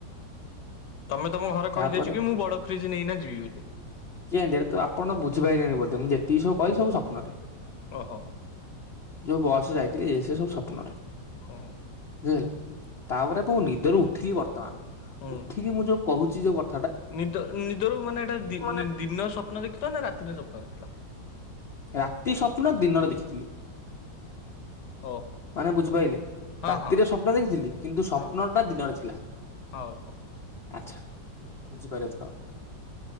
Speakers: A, on the left; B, on the left.
A: ତମେ ତମ ଘରେ
B: ତାପରେ
A: କହିଦେଇଛୁ କି ମୁଁ ବଡ ଫ୍ରିଜ୍ ନେଇନା ଯିବି ବୋଲି।
B: କେତି ତ ଆପଣ ବୁଝିପାରିବେ ବୋଧ ମୁଁ ଯେତିକି ସବୁ କହିଲି ସବୁ ସପ୍ନରେ।
A: ଓହୋ
B: ଯୋଉ ବସରେ ଯାଇଥିଲେ ଏ ସେ ସବୁ ସ୍ୱପ୍ନରେ।
A: ଓହ
B: ବୁଝି ପାଇଲେ ତାପରେ ମୁ ନିଦରୁ ଉଠିଲି ବର୍ତ୍ତମାନ
A: ହୁଁ
B: ଉଠିକି ମୁଁ ଯୋଉ କହୁଛି ଯୋଉ କ
A: ନିଦ ନିଦରୁ ମାନେ ଏଇଟା ଦି ଦିନର
B: ମାନେ
A: ସ୍ୱପ୍ନ ଦେଖିଲ ନା ରାତିରେ ସ୍ୱପ୍ନ ଦେଖିଲ।
B: ରାତି ସ୍ୱପ୍ନ ଦିନରେ ଦେଖିଥିଲି।
A: ଓହୋ
B: ମାନେ ବୁଝିପାରିଲେ
A: ହଁ
B: ରାତିରେ
A: ହଁ
B: ସ୍ୱପ୍ନ ଦେଖିଥିଲି କିନ୍ତୁ ସ୍ୱପ୍ନ
A: ହଁ
B: ଟା ଦିନରେ ଥିଲା।
A: ହଉ ହଉ
B: ଆଛା ବୁଝିପାରିଲେ ଏଥର।